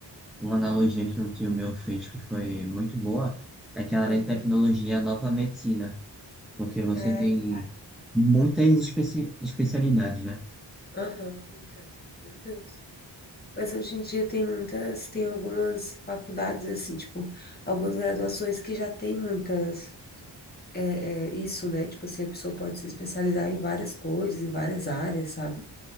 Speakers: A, in the centre; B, on the left.
A: Uma analogia que um tio meu fez que foi muito boa é que a área
B: Aham,
A: de tecnologia é a nova medicina, porque você
B: É
A: tem
B: verdade.
A: muitas especi especialidades, né?
B: Aham, muitas, né? Meu Deus. Mas hoje em dia tem muitas, tem algumas faculdades, assim, tipo, algumas graduações que já tem muitas, é, é, isso, né? Tipo assim, a pessoa pode se especializar em várias coisas, em várias áreas, sabe?